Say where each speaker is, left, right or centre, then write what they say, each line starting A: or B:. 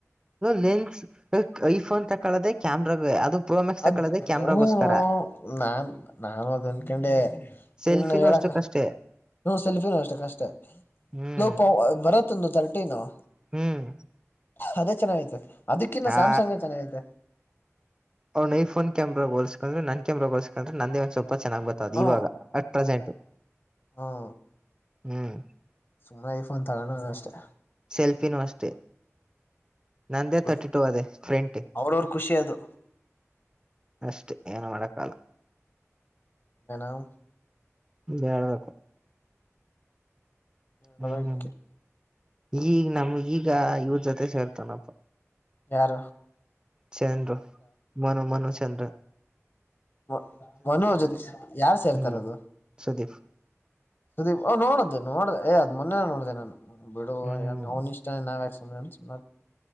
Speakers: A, on the right; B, on the left.
A: ಲೆನ್ಸ್ ಈಫೋನ್ ತಕಳದೆ ಕ್ಯಾಮ್ರಾಗ ಅದು ಪ್ರೋಮೆಕ್ಸ್
B: ಅದ್
A: ತಕ್ಕೊಳ್ಳೋದೆ ಕ್ಯಾಮ್ರಾಗೋಸ್ಕರ
B: ಹೂನೋ ನಾನ್ ನಾನು ಅದ ಅನ್ಕೊಂಡೆ
A: ಸೆಲ್ಫಿನೂ
B: ಇನ್ನು ಹೇಳಕ್ಕ
A: ಅಷ್ಟಕ್ಕಷ್ಟೇ
B: ಹ ಸೆಲ್ಫಿನೂ ಅಷ್ಟ ಕಷ್ಟೇ
A: ಹ್ಮ್
B: ಲೋಪ ಬರತ್ತಂದು ತರ್ಟಿ ನಾವು
A: ಹ್ಮ್
B: ಅದೇ ಚೆನ್ನಾಗೈತೆ ಅದಕ್ಕಿನ್ನ ಸ್ಯಾಮ್ಸಂಗ
A: ಆ
B: ಚೆನ್ನಾಗೈತೆ
A: ಅವ್ನ ಐಫೋನ್ ಕ್ಯಾಮರಾೋಸ್ಕೊಂಡ್ರ ನ ಕ್ಯಾಮ್ರಾಗೋಸ್ಕ್ರೆ ನಂದೇ ಒಂದ ಸ್ವಪ ತುಪ ಚೆನ್ನಾಗ್ ಬರ್ತದು
B: ಹ್ಮ
A: ಇವಾಗ ಅಟ್ ಪ್ರೆಸೆಂಟ್
B: ಹ
A: ಹ್ಮ್
B: ಸುಮ್ಮ ಈಫೋನ್ ತಗಣ ಅ ಅಷ್ಟೆ
A: ಸೆಲ್ಫಿನೂ ಅಷ್ಟೇ ನಂದೇ
B: ಬಿಡು
A: ತರ್ಟಿ ಟೂ ಅದೇ ್ರೆಂಟ
B: ಅವ್ರವ್ರ ಖುಷಿ ಅದು
A: ಅಷ್ಟೆ ಏನು ಮಾಡಕ್ಕಲ್ಲ
B: ಏನಾಮ
A: ಹೇಳ್ಬೇಕು
B: ಳವಕ
A: ಹ್ಮ್ ಈಗ ನಮ ಈಗ ಇವ್ರ ಜೊತೆ ಸೇರ್ತಾನಪ್ಪ
B: ಯಾರ
A: ಚಂದರು ಮನು ಮನು ಚಂದ್ರ
B: ಮ ಮನೋಜನ್ ಯಾರ್ು ಸೇರ್ತಾರ
A: ಹ್ಮ್
B: ಅದು
A: ಸುದೀಪ್
B: ಸುದೀಪ್ ಓ್ ನೋಡ್ದು ನೋಡ ಮೊನ್ನೆ ನೋಡಿದೆ ನಾನು ಬಿಡು
A: ಹ್ಮ್
B: ಅವ್ನ್ ಇಷ್ಟ ನಾವ ಯಾಕೆ ಸುನೆ ಸು